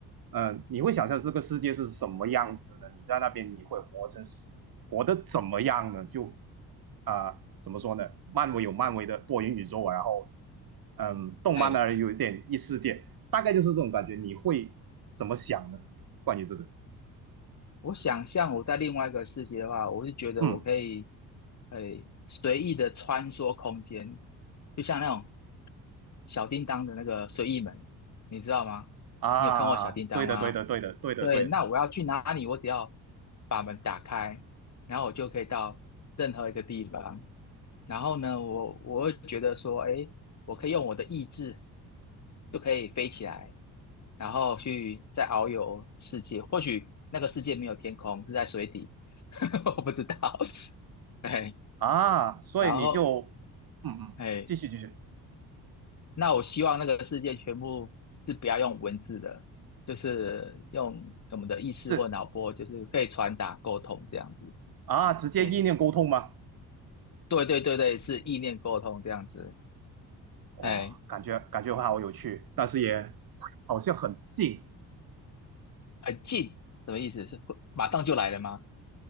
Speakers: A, on the right; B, on the left.
A: 嗯，你会想象这个世界是什么样子呢？你在那边你会活成活得怎么样呢？就啊、呃怎么说呢？漫威有漫威的多元宇宙，然后嗯，动漫呢有一点异世界，
B: 哎，
A: 大概就是这种感觉。你会怎么想呢？关于这个，
B: 我想象我在另外一个世界的话，我就觉得我可以，
A: 嗯
B: 哎，随意的穿梭空间，就像那种小叮当的那个随意门，你知道吗？
A: 啊，
B: 你有看过小叮当吗？
A: 对的，对的，对的，对的，
B: 对，
A: 对的
B: 那我要去哪里？我只要把门打开，然后我就可以到任何一个地方。然后呢，我我会觉得说，诶，我可以用我的意志就可以飞起来，然后去再遨游世界。或许那个世界没有天空，是在水底，<laughs> 我不知道。<laughs> 哎，
A: 啊，所以你就嗯嗯，
B: 然后哎。
A: 继续继续，
B: 那我希望那个世界全部是不要用文字的，就是用我们的意识或脑波，
A: 这
B: 就是可以传达沟通这样子。
A: 啊，直接意念沟通吗？
B: 哎，对对对对，是意念沟通这样子。
A: 哇，
B: 哎，
A: 感觉感觉会好有趣，但是也好像很近。
B: 很近，什么意思？是会马上就来了吗？